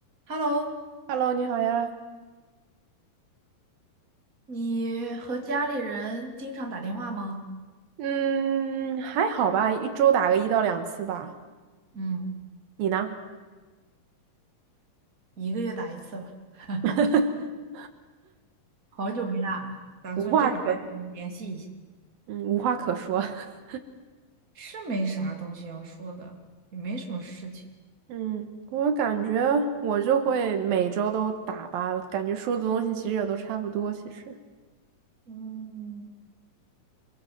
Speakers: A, on the right; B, on the right.
A: Hello，
B: Hello，你好呀。
A: 你和家里人经常打电话吗？
B: 嗯，还好吧，一周打个一到两次吧。
A: 嗯，
B: 你呢？
A: 一个月打一次吧，<laughs>
B: <laughs>
A: 好久没打了，打算这里边联系一下。
B: 无话可，嗯，无话可说。<laughs>
A: 是没啥东西要说的，也没什么事情。
B: 嗯，我感觉我就会每周都打吧，感觉说的东西其实也都差不多。其实，
A: 嗯，